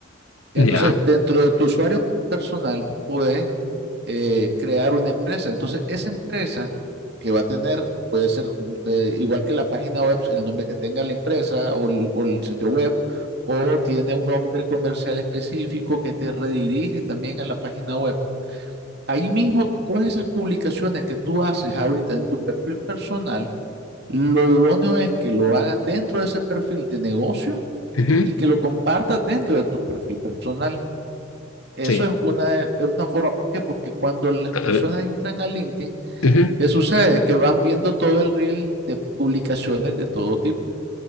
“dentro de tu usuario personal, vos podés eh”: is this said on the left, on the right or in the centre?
Right